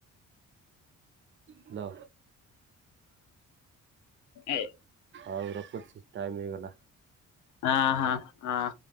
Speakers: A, on the right; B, on the left.
A: ହାଲୋ।
B: ଏ
A: ଆଉ ରଖୁଚି ଟାଇମ୍ ହେଇଗଲା।
B: ହଁ ହଁ ହଁ।